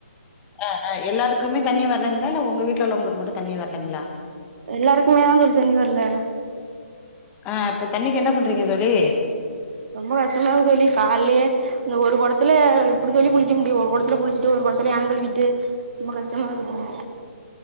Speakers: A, on the left (about 15°); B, on the right (about 55°).
A: அ அ எல்லாருக்குமே தண்ணி வரலீங்களா இல்ல உங்க வீட்ல உள்ள வங்களுக்கு மட்டு தண்ணி வரலைங்களா
B: எல்லாருக்குமே தா தோழி தண்ணி வர்ல
A: ஆ இப்ப தண்ணிக்கி என்ன பண்றீங்க தோழி
B: ரொம்ப கஷ்டம இருக்கு தோழி கால்லைலே இந்த ஒரு கொடத்துல எப்டி தோழி குளிக்க முடியு ஒரு கொடத்துல குளிச்சிட்டு ஒரு கொடத்துல ஆங்கில்விட்டு ரொம்ப கஷ்டமாருக்கு தோழி